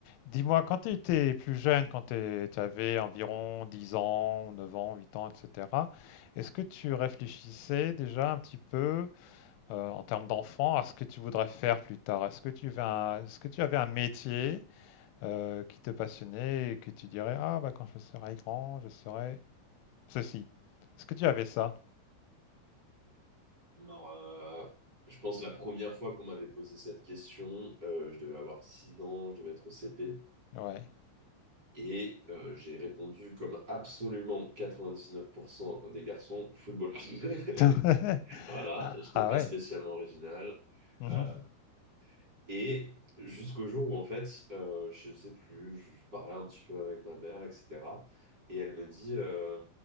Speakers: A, on the left; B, on the right.
A: Dis-moi, quand tu étais plus jeune, quand tu avais environ 10 ans, 9 ans, 8 ans, etc., est-ce que tu réfléchissais déjà un petit peu euh, en termes d'enfant à ce que tu voudrais faire plus tard? Est-ce que tu avais un, est-ce que tu avais un métier euh, qui te passionnait et que tu dirais, ah bah quand je serai grand, je serai ceci. Est-ce que tu avais ça?
B: Alors, euh, je pense la première fois qu'on m'avait posé cette question, euh, je devais avoir 6 ans, je devais être au CP.
A: Ouais.
B: Et euh, j'ai répondu comme absolument 99% des garçons, football. <laughs>
A: <laughs>
B: Voilà,
A: Ah
B: j'étais
A: ah
B: pas
A: ouais.
B: spécialement original.
A: Mhm.
B: Euh, Et jusqu'au jour où, en fait, euh, je sais plus, je parlais un petit peu avec ma mère, etc. Et elle me dit, euh,